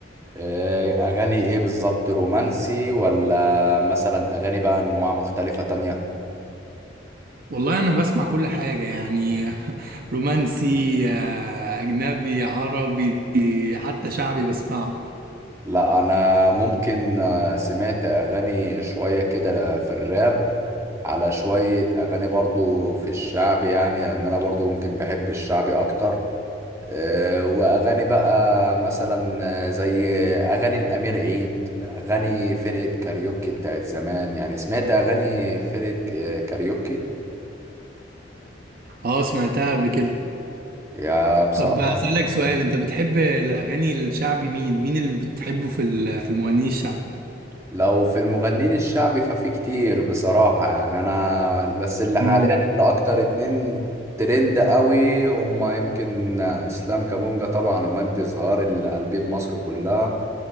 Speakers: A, on the right (about 15°); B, on the right (about 50°).
A: آه، اغاني ايه بالظبط رومانسي ولا مثلا اغاني بقى انواع مختلفه تانية
B: والله انا بسمع كل حاجه يعني <laughs> رومانسي آه، اجنبي عربي حتى شعبي بسمعه
A: لا انا ممكن آه، سمعت اغاني شوية كده في الراب على شوية اغاني برضو في الشعب يعني لان انا برضو ممكن بحب الشعبي اكتر آه، واغاني بقى مثلا آه، زي اغاني الامير عيد اغاني فرقة كاريوكي بتاعت زمان يعني سمعت اغاني فرقة آه، كاريوكي
B: اه سمعتها قبل كده
A: يا بصراحة
B: طب اسالك سؤال انت بتحب الاغاني الشعبي مين مين اللي بتحبه في ال- في المغنيين الشعبي
A: لو في المغنيين الشعبي ففي كتير بصراحة يعني أنا بس اللي
B: مم.
A: حاليا اللي أكتر اتنين ترند قوي هما يمكن إسلام كابونجا طبعا ومجدي الزهار اللي قلبين مصر كلها